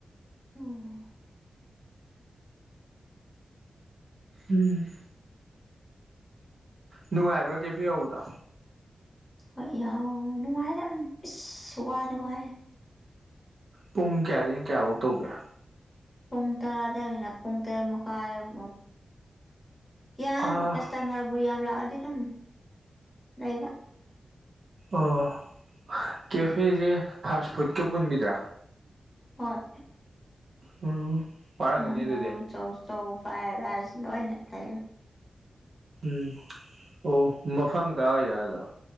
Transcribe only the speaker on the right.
ꯎꯝ ꯅꯨꯡꯉꯥꯏꯕ꯭ꯔꯥ ꯀꯦꯐꯦ ꯌꯥꯎꯕꯗꯣ
ꯄꯨꯡ ꯀꯌꯥꯗꯒꯤꯡ ꯀꯌꯥꯐꯧ ꯇꯧꯒꯦ
ꯑꯥ
ꯑꯣ ꯀꯦꯐꯦꯁꯦ ꯐꯥꯁ ꯐꯨꯗꯀ ꯄꯨꯟꯕꯤꯗ꯭ꯔꯥ
ꯎꯝ ꯋꯥꯔꯝꯒꯅꯤ
ꯑꯗꯨꯗꯤ
ꯎꯝ ꯑꯣ ꯃꯐꯝ ꯀꯥ ꯑꯣꯏ ꯒꯥꯗꯣ